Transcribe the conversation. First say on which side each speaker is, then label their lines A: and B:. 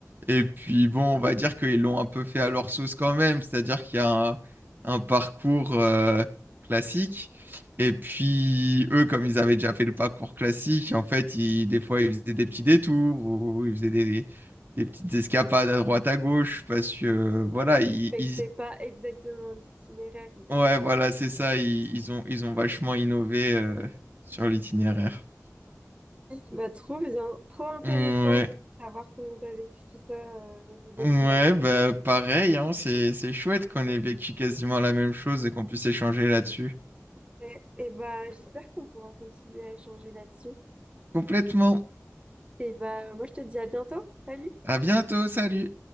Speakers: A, on the right (about 40°); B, on the right (about 20°).
A: Et puis, bon, on va dire qu'ils l'ont un peu fait à leur sauce quand même. C'est-à-dire qu'il y a un, un parcours euh, classique. Et puis, eux, comme ils avaient déjà fait le parcours classique, en fait, ils, des fois, ils faisaient des petits détours ou ils faisaient des des petites escapades à droite à gauche parce que euh, voilà, ils,
B: Ils respectaient
A: ils-
B: pas exactement l'itinéraire, ils faisaient
A: ouais,
B: ça.
A: voilà, c'est ça, ils, ils ont ils ont vachement innové euh, sur l'itinéraire.
B: Bah, trop bien, trop intéressant
A: Ouais.
B: de savoir comment t'as vécu tout ça euh, au niveau
A: Ouais,
B: du
A: bah pareil, hein, c'est c'est chouette qu'on ait vécu quasiment la même chose et qu'on puisse échanger là-dessus.
B: matériel. Et bah, j'espère qu'on pourra continuer à échanger là-dessus.
A: Complètement.
B: Et bah, moi, je te dis à bientôt. Salut!
A: À bientôt, salut.